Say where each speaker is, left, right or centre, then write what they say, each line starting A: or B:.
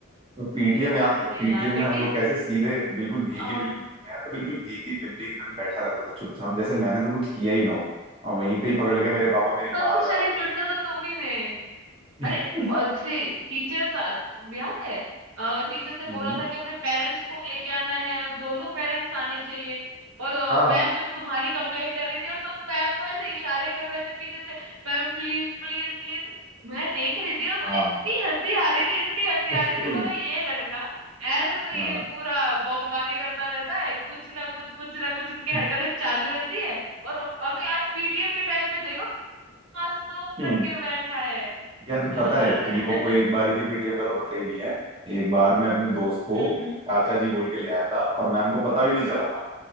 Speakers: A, on the right (about 25°); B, on the right (about 80°).
A: तो पीटीएम याद
B: अरे
A: है
B: नहीं
A: पीटीएम
B: यार लेकिन
A: में हम लोग कैसे सीधे बिल्कुल भीगी
B: आ,
A: बिल मैं तो बिल्कुल भीगी बिल्ली की तरह बैठा रहता था चुपचाप जैसे मैंने तो कुछ किया ही ना हो और वहीं पे ही पकड़ के मेरे
B: अरे
A: पापा मेरी
B: सबसे
A: मार लगाते
B: शरीफ
A: थे
B: लड़का तो तुम ही थे
A: <laughs>
B: अरे म- अ, जैसे टीचर्स याद है टीचर्स ने बोला
A: हम्म।
B: था कि अपने पेरेंट्स को लेके आना है और दोनों पेरेंट्स आने चाहिए और अ,
A: हाँ
B: मैम जब तुम्हारी कंप्लेन कर रही थी और तुम मैम को ऐसे इशारे कर रहे थे पीछे से मैम प्लीज प्लीज प्लीज मैं देख रही थी और
A: हाँ
B: मुझे इतनी हंसी आ रही थी इतनी हंसी
A: हम्म
B: आ रही थी मगर ये लड़का ऐसे तो ये
A: हाँ
B: पूरा बमबारी करता रहता है कुछ ना कुछ कुछ ना कुछ इसकी
A: <laughs>
B: हरकतें चालू रहती है और अभी आज पीटीएम के टाइम पे देखो मासूम
A: हम्म
B: बन के बैठा है
A: यार
B: यार
A: पता है
B: <laughs>
A: तुम लोगों को एक बारी के पीटीएम का तो पता ही नहीं है एक बार मैं अपने दोस्त को
B: हम्म
A: चाचा जी बोल के ले आया था और मैम को पता भी नहीं चला था